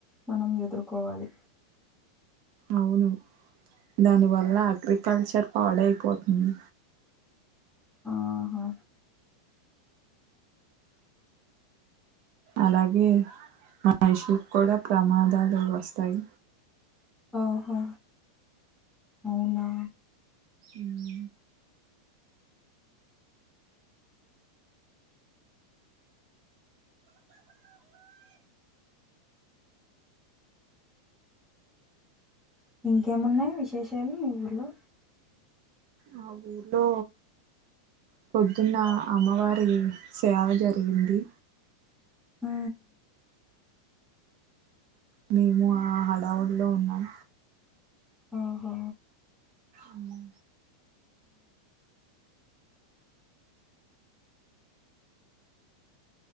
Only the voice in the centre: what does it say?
మనం ఎదుర్కోవాలి.
ఆహా
ఆహో అవునా
ఇంకేమున్నయి విశేషాలు మీ ఊర్లో
ఆ
ఓహో